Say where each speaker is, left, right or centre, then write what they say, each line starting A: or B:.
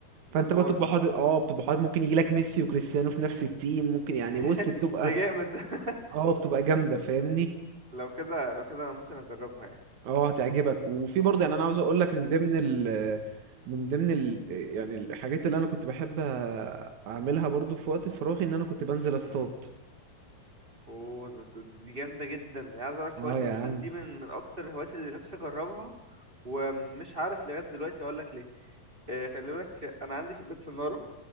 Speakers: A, on the right; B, on the right.
A: فانت
B: ده حوار
A: بقى بتبقى
B: ده
A: حاطط اه بتبقى حاطط ممكن يجي لك ميسي وكريستيانو في نفس التيم ممكن يعني
B: <laughs>
A: بص بتبقى
B: ده جامد ده <laughs>
A: اه بتبقى جامده فاهمني
B: لو كده لو كده انا ممكن اجربها
A: اه هتعجبك وفي برضه يعني انا عاوز اقول لك من ضمن ال من ضمن ال يعني الحاجات اللي انا كنت بحب اعملها برضه في وقت فراغي ان انا كنت بنزل اصطاد
B: يعني اوه ده- ده- دي جامدة جدا يعني عايز اقولك
A: اه
B: هواية
A: يا
B: الصيد
A: عم
B: دي من من اكتر الهوايات اللي نفسي اجربها ومش عارف لغاية دلوقتي هقولك ليه آه، خلي بالك انا عندي في البيت سنارة